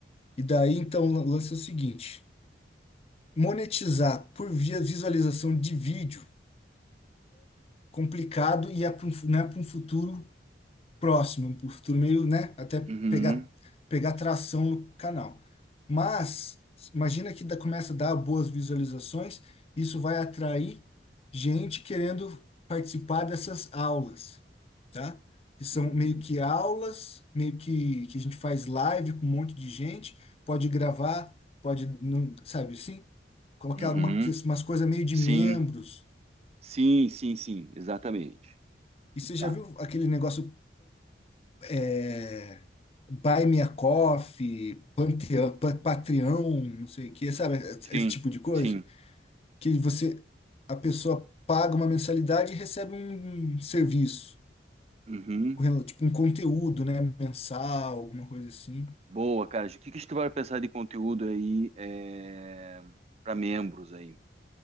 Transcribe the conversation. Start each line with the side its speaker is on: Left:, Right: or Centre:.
Left: E daí então o lance é o seguinte, monetizar por via visualização de vídeo, complicado e é para um, fu- não é para um futuro próximo, pro futuro meio, né? Até
Right: Uhum,
Left: pegar, pegar tração no canal. Mas imagina que dá- começa a dar boas visualizações, isso vai atrair gente querendo participar dessas aulas, tá? Que são
Right: uhum,
Left: meio que aulas, meio que, que a gente faz live com um monte de gente, pode gravar, pode, não, sabe assim? Colocar
Right: uhum.
Left: uma, que umas coisas meio de
Right: Sim,
Left: membros.
Right: sim, sim, sim, exatamente.
Left: E você
Right: Tá.
Left: já viu aquele negócio é, Buy Me a Coffee, Panteão, Pa- Patreon, não sei o que, sabe? Esse
Right: Sim,
Left: tipo de coisa.
Right: sim.
Left: Que você, a pessoa paga uma mensalidade e recebe um um serviço,
Right: Uhum.
Left: com tipo um conteúdo, né? Mensal, alguma coisa assim.
Right: Boa, cara. O que que a gente vai pensar de conteúdo aí é, para membros aí?